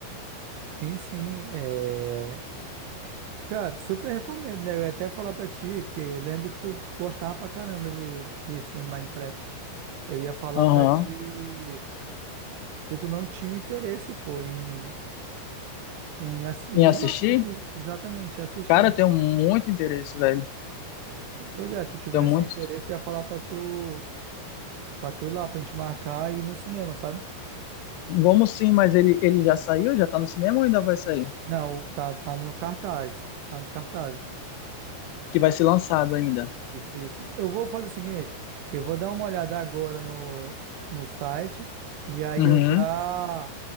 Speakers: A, on the right (about 80°); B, on the left (about 85°).
A: Sim, sim. É... Cara, super recomendo, né? Eu ia até falar pra ti, porque eu lembro que tu gostava pra caramba de, disso, né, de Minecraft. Eu ia falar
B: Aham.
A: pra ti se tu não tinha o interesse, pô, em, em, assi- em
B: Em assistir?
A: ir lá assistir. Exatamente, assistir.
B: Cara, eu tenho muito interesse, velho.
A: Pois é, se tivesse
B: Tenho muito.
A: interesse, eu ia falar pra tu, pra tu ir lá, pra gente marcar e ir no cinema, sabe?
B: Vamos sim, mas ele, ele já saiu? Já tá no cinema ou ainda vai sair?
A: Não, tá, tá no cartaz. Tá nos cartazes.
B: Que vai ser lançado ainda.
A: Isso, isso. Eu vou fazer o seguinte, eu vou dar uma olhada agora no, no site e aí
B: Uhum.
A: eu já,